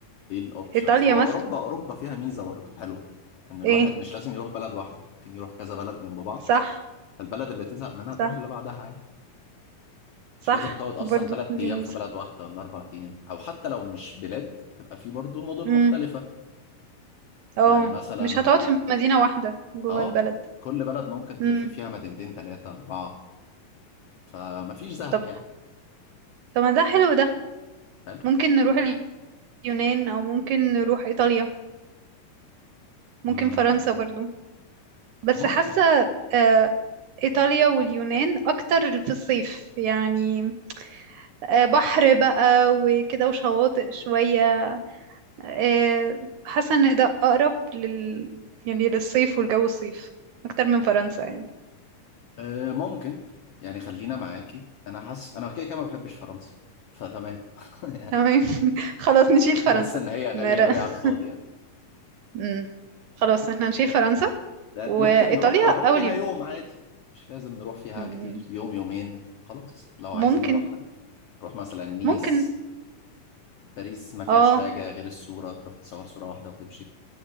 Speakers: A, on the left; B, on the right.
A: ايه الاوبشنز
B: ايطاليا
A: هو
B: مثلا
A: اوروبا اوروبا فيها ميزه برضه حلوه ان الواحد
B: ايه
A: مش لازم يروح بلد واحده ممكن يروح كذا بلد جنب بعض
B: صح
A: فالبلد اللي تزهق منها
B: صح
A: تروح اللي بعدها عادي مش
B: صح
A: لازم تقعد اصلا
B: برضو
A: ثلاث ايام
B: دي ميزه
A: في بلد واحده ولا اربع ايام او حتى لو مش بلاد تبقى في برضه مدن مختلفه
B: امم اه
A: يعني مثلا
B: مش هتقعد في مدينه واحده جوه
A: اه
B: البلد
A: كل بلد ممكن تلف
B: امم
A: فيها مدينتين ثلاثه اربعه فمفيش زهق
B: طب
A: يعني
B: طب ما ده حلو ده
A: حلو
B: ممكن نروح اليونان او ممكن نروح ايطاليا ممكن
A: امم
B: فرنسا برضو بس
A: ممكن
B: حاسه آه، إيطاليا واليونان أكتر في الصيف يعني آه، بحر بقى وكده وشواطئ شوية آه، حاسة إن ده أقرب لل يعني للصيف والجو الصيف أكتر من فرنسا يعني
A: آه ممكن يعني خلينا معاكي انا حاسس انا كده كده ما بحبش فرنسا فتمام <laughs>
B: تمام <laughs> خلاص نشيل فرنسا
A: بحس ان هي غالية
B: نرى
A: قوي
B: <laughs>
A: على الفاضي يعني
B: مم. خلاص احنا نشيل فرنسا
A: ده
B: وإيطاليا
A: ممكن نروح هنروح
B: أو
A: فيها
B: اليونان
A: يوم عادي مش لازم نروح فيها
B: مم.
A: كتير يوم يومين خلاص لو
B: ممكن
A: عايزين نروح يعني. نروح مثلا نيس
B: ممكن
A: باريس ما فيهاش
B: اه
A: حاجة غير الصورة تروح تصور صورة واحدة وتمشي